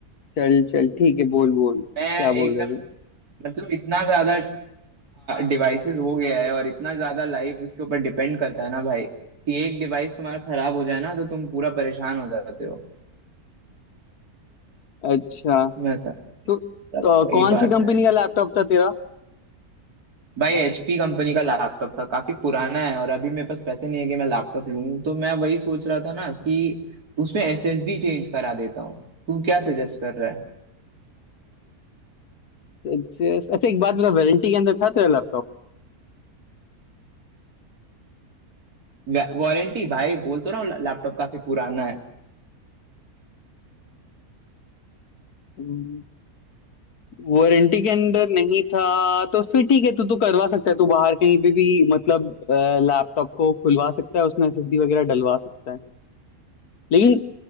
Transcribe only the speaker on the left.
चल चल ठीक है बोल बोल क्या
बोल रहे तू
अच्छा
तो, तो
कौन
सी कंपनी
का लैपटॉप था तेरा
अच्छा अच्छा, एक बात बता वारंटी के अंदर था तेरा
लैपटॉप वारंटी के अंदर नहीं था तो फिर ठीक है तू तो करवा सकता है तू बाहर कहीं पे भी मतलब लैपटॉप को खुलवा सकता है उसमें एसएसडी वगैरह डलवा सकता है लेकिन